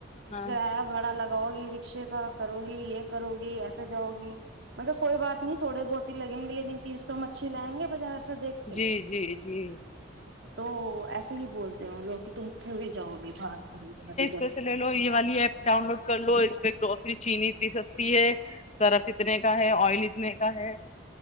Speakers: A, on the left; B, on the right.
A: ہاں
B: گریہ بھاڑا لگاؤ گی رکشے کا کرو گی یہ کرو گی ایسے جؤ گی مگر کوئی بات نہیں تھوڑے بہت ہی لگیں گے لیکن چیز تو ہم اچھی لائیں گے بازار سے دیکھ کے
A: جی جی جی
B: تو ایسے ہی بولتے ہو لوگ کہ تم کیوں ہی جاؤ گی باہر خری جاری
A: سےے لو یہ والی ایپ ڈاؤن لوڈ کر لو اس پہ گروسری چینی تھی س ہے سرف اتنے کا ہے آئل اتنے کا ہے